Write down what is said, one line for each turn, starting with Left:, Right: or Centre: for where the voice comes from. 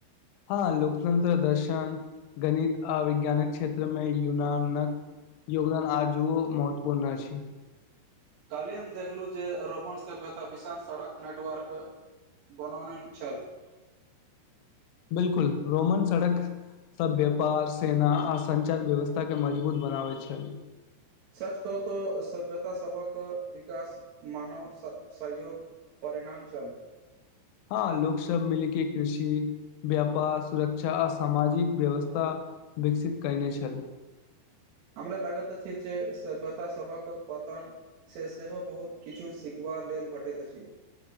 Left: हँ लोकतंत्र दर्शन गणित आ विज्ञानक क्षेत्रमे यूनानक योगदान आज महत्वपूर्ण अछि छै
Right: काल्हि हम देखलु जे रोमन सभ्यता विशाल सड़क नेटवर्क बनौन छल
Left: बिलकुल रोमन सड़क सब व्यापार सेना आ संचार व्यवस्था के मजबूत बनाबे छल
Right: सच कह तो सभ्यता सबक विकास मानव सहयोग परिणाम छल
Left: हँ लोक सब मिलके कृषि व्यापार सुरक्षा आ सामाजिक व्यवस्था विकसित करने छल
Right: हमरा लगैत अछि जे सभ्यतास सभक पतन से सेहो बहुत किछु सिखबा लेल भेटैत अछि